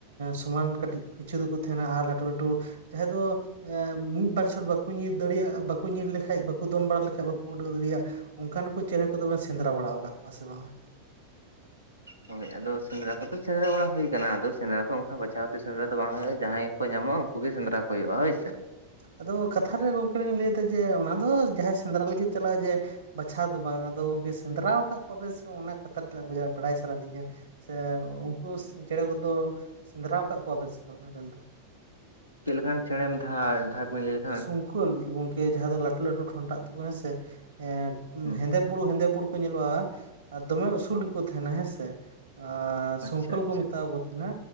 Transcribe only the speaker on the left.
ᱦᱳᱭ ᱟᱫᱚ ᱥᱮᱸᱫᱽᱨᱟ ᱠᱚᱫᱚ ᱥᱮᱸᱫᱽᱨᱟ ᱵᱟᱲᱟ ᱦᱩᱭ ᱟᱠᱟᱱᱟ ᱟᱫᱚ ᱥᱮᱸᱫᱽᱨᱟ ᱫᱚ ᱚᱱᱠᱟ ᱵᱟᱪᱷᱟᱣᱛᱮ ᱥᱮᱸᱫᱽᱨᱟ ᱫᱚ ᱵᱟᱝ ᱦᱩᱭᱩᱜᱼᱟ ᱡᱟᱦᱟᱸᱭ ᱠᱚ ᱧᱟᱢᱚᱜᱼᱟ ᱩᱱᱠᱩ ᱜᱮ ᱥᱮᱸᱫᱽᱨᱟ ᱠᱚ ᱦᱩᱭᱩᱜᱼᱟ ᱦᱳᱭ ᱥᱮ᱾
ᱦᱳᱭ
ᱪᱮᱫ ᱞᱮᱠᱟᱱ ᱪᱮᱬᱮᱢ ᱫᱷᱟᱷᱟᱨ <inaudible>
ᱦᱩᱸ
ᱟᱪᱪᱷᱟ
ᱟᱪᱪᱷᱟ